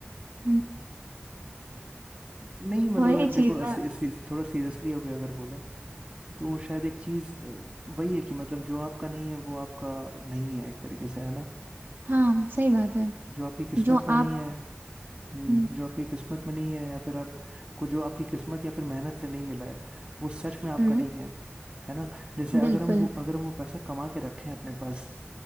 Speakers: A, on the right (about 60°); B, on the right (about 30°).
A: हम्म,
B: नहीं मतलब
A: वही
B: अगर
A: चीज
B: देखो
A: ना
B: असी, असी, थोड़ा सीरियसली हो गया अगर बोले तो वो शायद एक चीज वही है कि मतलब जो आपका नहीं है वो आपका नहीं है एक तरीके से है ना
A: हाँ सही बात है
B: जो आपकी किस्मत
A: जो
B: में
A: आप
B: नहीं है हम्म
A: हम्म
B: जो आपकी किस्मत में नहीं है या फिर आप को जो आपकी किस्मत या फिर मेहनत से नहीं मिला है वो सच में आपका
A: हम्म,
B: नहीं है है ना जैसे अगर
A: बिल्कुल
B: हम वो अगर हम वो पैसा कमा के रखें अपने पास